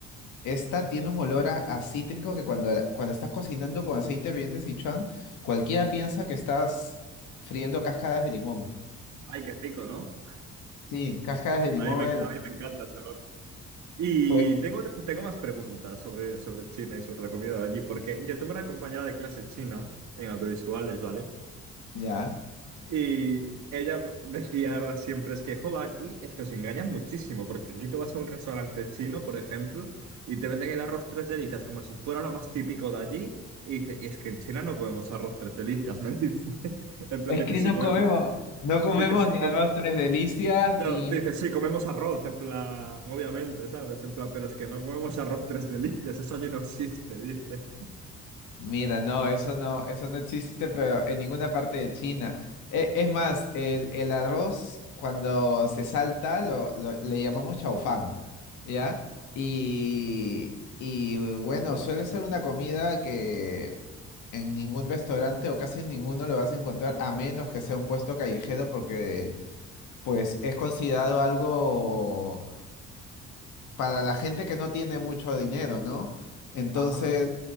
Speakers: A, on the left; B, on the right.
A: Esta tiene un olor a, a cítrico que cuando, cuando estás cocinando con aceite de Sichuan, cualquiera piensa que estás friendo cascadas de limón.
B: Ay, qué rico, ¿no?
A: Sí, cascadas de limón.
B: A mí me, a
A: eh,
B: mí me encanta ese olor. Y
A: Pues,
B: tengo, tengo más preguntas sobre, sobre China y sobre la comida de allí, porque yo tuve una compañera de clase china en audiovisuales, ¿vale?
A: ya.
B: Y ella decía siempre, es que, jo, aquí es que os engañan muchísimo, porque aquí tú vas a un restaurante chino, por ejemplo, y te venden el arroz tres delicias como si fuera lo más típico de allí, y dice, y es que en China no comemos arroz tres delicias, me dice. <laughs> En plan,
A: Es
B: dice,
A: que
B: sí,
A: no
B: comemos,
A: comemos, no comemos
B: dice, sí,
A: ni
B: com-
A: almendras delicias,
B: Claro,
A: ni
B: dices, sí, comemos arroz, en plan, obviamente, ¿sabes? En plan, pero es que no comemos arroz tres delicias, eso allí no existe, dice.
A: Mira, no, eso no, eso no existe, pero en ninguna parte de China. E- es más, el, el arroz cuando se salta lo, lo- le llamamos chaufán, ¿ya? Y, y bueno, suele ser una comida que en ningún restaurante o casi en ninguno lo vas a encontrar, a menos que sea un puesto callejero, porque pues es considerado algo para la gente que no tiene mucho dinero, ¿no? Entonces
B: Ajá,